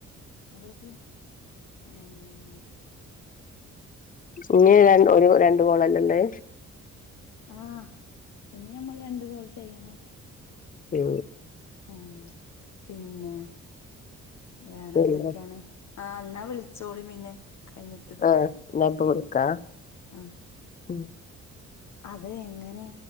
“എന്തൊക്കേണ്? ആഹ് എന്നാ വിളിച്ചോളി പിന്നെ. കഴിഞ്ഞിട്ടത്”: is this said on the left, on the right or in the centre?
Left